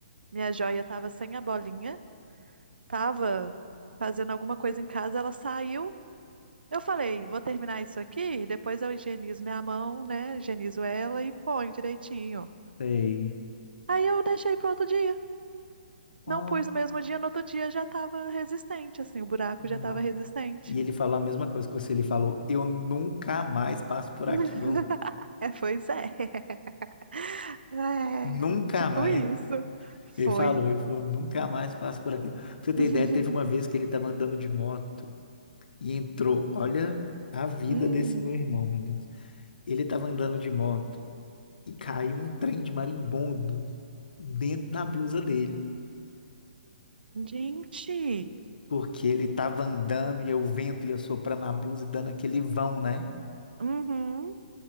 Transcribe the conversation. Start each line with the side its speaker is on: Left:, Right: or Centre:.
Right: minha joia, tava sem a bolinha, tava fazendo alguma coisa em casa, ela saiu. Eu falei, vou terminar isso aqui, depois eu higienizo minha mão, né? Higienizo ela e põe direitinho.
Left: Sei.
Right: Aí eu deixei pro outro dia.
Left: Ó,
Right: Não pus no mesmo dia, no outro dia já tava resistente, assim, o buraco
Left: nó.
Right: já tava resistente.
Left: E ele falou a mesma coisa que você. Ele falou: Eu nunca mais passo por
Right: <laughs>
Left: aquilo.
Right: É, pois é. <laughs> É,
Left: Nunca
Right: tipo
Left: mais.
Right: isso. Foi.
Left: Ele falou, ele falou, nunca mais passo por aquilo. Pra você ter
Right: <laughs>
Left: ideia, teve uma vez que ele estava andando de moto e entrou. Olha a vida
Right: Hum.
Left: desse meu irmão, meu Deus. Ele estava andando de moto e caiu um trem de marimbondo dentro da blusa dele.
Right: Gente,
Left: Porque ele estava andando e o vento ia soprando na blusa e dando aquele vão, né?
Right: uhum.